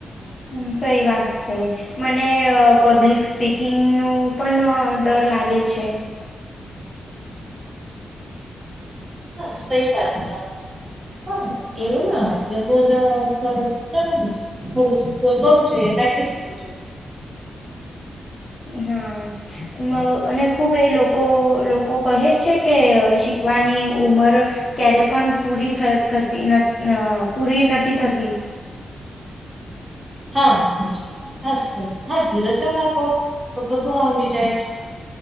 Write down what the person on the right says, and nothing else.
હા સહિ વાત છે હા એવુ ના એવું જ તરત કર થોડું કરવું જોઈએ પ્રેક્ટિસ કરવું જોઈએ
હમમ. હા <unintelligible> હા ધીરજ રાખો તો બધું આવડી જાય.